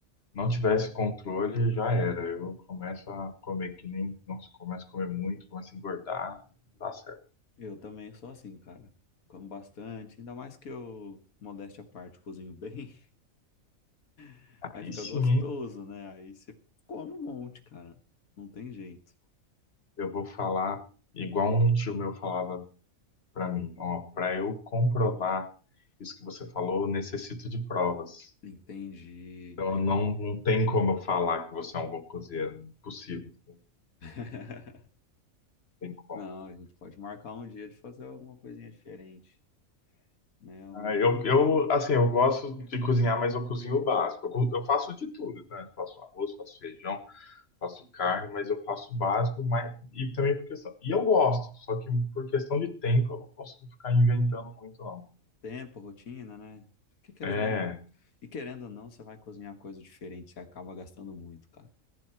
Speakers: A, on the left; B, on the left.
A: não tivesse controle, já era. Eu começo a comer que nem. Nossa, começo a comer muito, começo a engordar, não dá certo.
B: Eu também sou assim, cara. Como bastante, ainda mais que eu, modéstia à parte, cozinho bem, <laughs>
A: Aí
B: aí fica
A: sim,
B: gostoso,
A: hein,
B: né? Aí você come um monte, cara. Não tem jeito.
A: eu vou falar igual um tio meu falava pra mim: ó, pra eu comprovar isso que você falou, eu necessito de provas.
B: Entendi,
A: Então
B: entendi.
A: não, não tem como eu falar que você é um bom cozinheiro, impossível, não
B: <laughs>
A: tem como.
B: Não, a gente pode marcar um dia de fazer alguma coisinha diferente, né? O
A: Ah, eu, eu, assim, eu gosto de cozinhar, mas eu cozinho o básico. Eu, co- eu faço de tudo, né? Eu faço arroz, faço feijão. faço carne, mas eu faço o básico, mas e também por questão. E eu gosto, só que por questão de tempo eu não consigo ficar inventando muito, não.
B: tempo, rotina, né? Porque querendo
A: É,
B: ou- e querendo ou não, você vai cozinhar coisa diferente, você acaba gastando muito, cara.